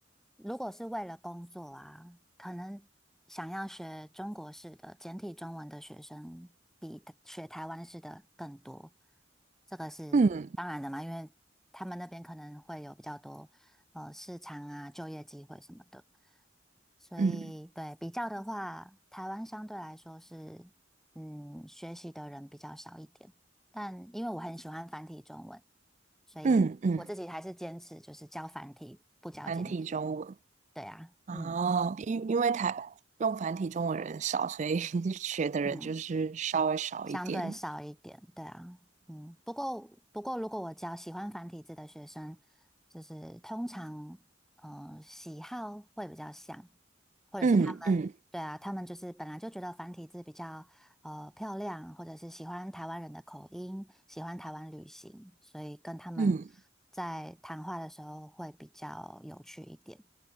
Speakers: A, in the centre; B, on the right.
A: 如果是为了工作啊，可能想要学中国式的简体中文的学生比台学台湾式的更多，这个是当然的嘛，
B: 嗯
A: 因为他们那边可能会有比较多呃市场啊、就业机会什么的。所以对比较的话，
B: 嗯。
A: 台湾相对来说是嗯学习的人比较少一点，但因为我很喜欢繁体中文，所以我自己还是坚持就是教繁体不教简体。
B: 嗯嗯，繁体中文
A: 对啊，
B: 啊，
A: 嗯。
B: 因因为台用繁体中文人少，所以 <laughs> 学的人就是稍微少一点。
A: 嗯。相对少一点，对啊，嗯，不过不过，如果我教喜欢繁体字的学生，就是通常，呃，喜好会比较像，或者是他们，
B: 嗯嗯
A: 对啊，他们就是本来就觉得繁体字比较呃漂亮，或者是喜欢台湾人的口音，喜欢台湾旅行，所以跟他们
B: 嗯
A: 在谈话的时候会比较有趣一点，